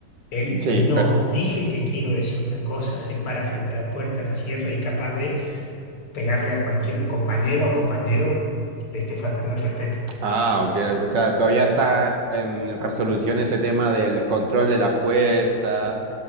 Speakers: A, on the left; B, on the right.
A: Él
B: Sí,
A: no,
B: pero...
A: dije que quiero decir una cosa, se para frente a la puerta, la cierra y es capaz de pegarle a cualquier compañera o compañero que le esté faltando el respeto.
B: Ah, ok. O sea, todavía está en resolución ese tema del control de la fuerza,